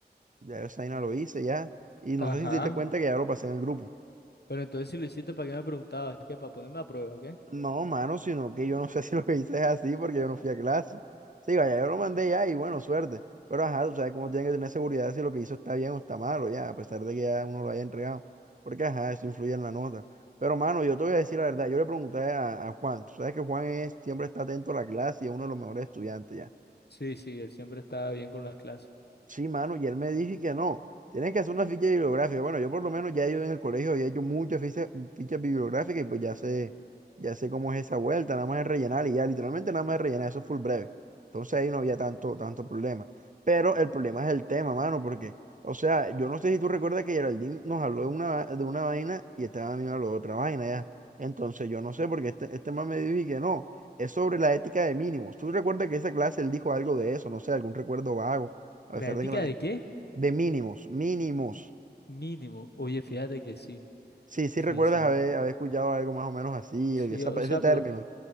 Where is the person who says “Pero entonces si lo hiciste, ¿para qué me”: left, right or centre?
Left